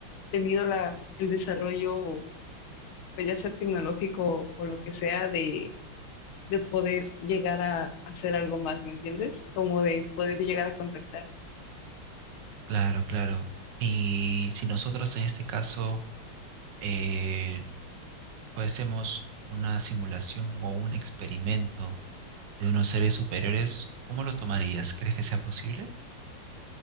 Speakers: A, on the left; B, on the right.
A: tenido la, el desarrollo, pues ya sea tecnológico o lo que sea, de de poder llegar a hacer algo más, ¿me entiendes? Como de poder llegar a contactar.
B: Claro, claro. Y si nosotros en este caso eh, fuésemos una simulación o un experimento, de unos seres superiores, ¿cómo lo tomarías? ¿Crees que sea posible?